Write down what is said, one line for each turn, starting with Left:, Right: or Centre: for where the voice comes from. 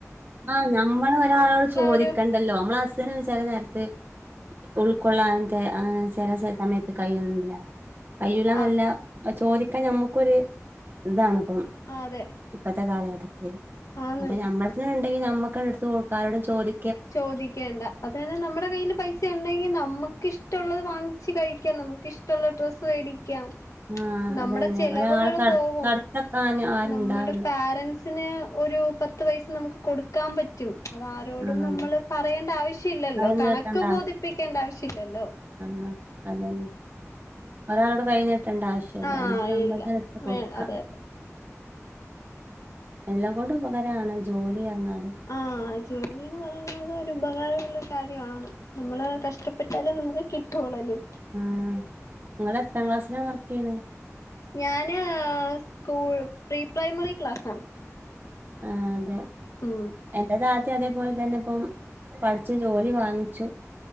Right: ആ ഞമ്മളൊരാളോട് ചോദിക്കണ്ടല്ലോ
Left: ഒരു
Right: നമ്മളെ അസ്ച്ഛന് ചെല നേരത്ത് ഉൾക്കൊള്ളാനെന്തെ ആ ചെല സെ സമയത്ത് കഴിയുന്നില്ല കയൂന്നല്ല
Left: ആ
Right: ചോദിക്കാൻ ഞമ്മക്കൊരു ഇതാണ് പ്പം
Left: അതെ
Right: ഇപ്പത്തെ കാലഘട്ടത്തി
Left: ആന്ന്
Right: അപ്പ ഞമ്മള് ഇന്ടെങ്കിൽ ഞമ്മകങ്ങിട്ത് കൊടുക്ക ആരോടും ചോദി
Left: ചോദിക്കേണ്ട അത് തന്നെ നമ്മുടെ കയ്യിൽ പൈസണ്ടെങ്കി നമുക്ക് ഇഷ്ടള്ളത് വാങ്ങിച്ച് കഴി - നമുക്കിഷ്ടള്ള ഡ്രസ്സ് വേടിക്കാം
Right: ആഹ്
Left: നമ്മുടെ
Right: അതന്നെ
Left: ചെലവുകള്
Right: ഒരാളെ
Left: പോവും
Right: തടുത്തെക്കാൻ ആരും
Left: നമ്മുടെ
Right: ഉണ്ടാവില്ല
Left: പാരൻറ്സിന് ഒരു പത്ത് പൈസ നമുക്ക് കൊടുക്കാൻ പറ്റും അതാരോടും
Right: ആഹ്
Left: നമ്മള് പറയേണ്ടാവശ്യല്ലല്ലോ
Right: അതെ കൈ നീട്ടേണ്ട
Left: കണക്ക് ബോധിപ്പിക്കേണ്ടാവശ്യല്ലല്ലോ
Right: അ അതെന്നെ ഒരാള് ട് കൈ നീട്ടണ്ട ആവശ്യ ല്ല
Left: ആഹ്
Right: നമ്മക്ക് അന്നേ
Left: ഇല്ല
Right: രട്ത്ത്
Left: വേ
Right: കൊടുക്കാ
Left: അതെ അതെ
Right: എല്ലാംകൊണ്ടും ഉപകാരാണ് ജോലിറി ഞ്ഞാല്
Left: ആഹ് ജോലിന്ന് പറയുന്നത് ഒരു ഉപകാരോള്ള കാര്യമാണ് നമ്മള് കഷ്ടപ്പെട്ടാലും നമുക്ക് കിട്ടുള്ളല്ലേ
Right: ആ ങ്ങള് എത്രാം ക്ലാസ്സിലാ വർക്ക് ചെയ്യ്ണെ
Left: ഞാന്--സ്കൂൾ പ്രീ പ്രൈമറി ക്ലാസ്സാണ്
Right: ആ അതെ
Left: മ്
Right: എന്റേത് അതേപോലെ തന്നെപ്പം പഠി ച്ച് ജോലി വാങ്ങിച്ചു